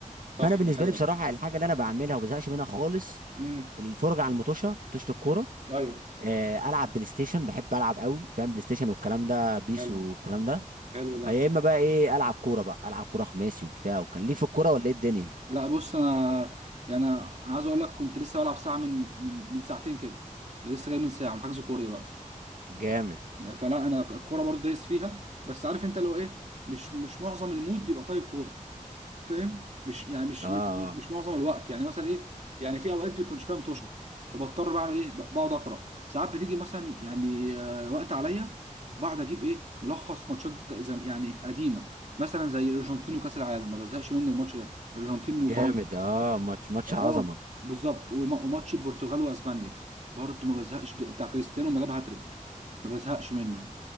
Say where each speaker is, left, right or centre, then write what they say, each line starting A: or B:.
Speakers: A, on the right; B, on the right.
A: صح
B: فانا بالنسبه
A: ده حقيقة
B: لي بصراحه الحاجه اللي انا بعملها وما بزهقش منها خالص
A: امم
B: الفرجه على المطوشه مطوشه الكوره
A: أيوه
B: آه، العب بلاي ستيشن بحب العب قوي فاهم بلاي ستيشن والكلام ده بيس
A: حلو
B: والكلام ده
A: حلو ده
B: آه، يا اما بقى ايه العب كوره بقى العب كوره خماسي وبتاع وكان ليه في الكوره ولا ايه الدنيا
A: لا بص أنا يعني أنا عايز أقول لك كنت لسه بلعب ساعة من من من ساعتين كده ولسه جاي من ساعة من حجز كورة دلوقتي
B: جامد
A: فلا انا الكوره برضو دايس فيها بس عارف انت لو ايه مش مش معظم المود بيبقى طالب كوره فاهم مش يعني مش
B: اه
A: مش
B: اه
A: مش معظم الوقت يعني مثلا ايه يعني في اوقات بيكونش فيها مطوشه فبضطر بعمل ايه ب- بقعد اقرا ساعات بتيجي مثلا يعني آه، وقت عليا بقعد اجيب ايه ملخص ماتشات زم يعني قديمه مثلا زي الارجنتين وكاس العالم ما بزهقش منه الماتش ده الارجنتين
B: جامد
A: وفرنسا
B: اه ماتش ماتش
A: اه
B: عظمه
A: بالظبط وم- وماتش البرتغال واسبانيا برضه ما بزهقش ب- بتاع كريستيانو لما جاب هاتريك ما بزهقش منه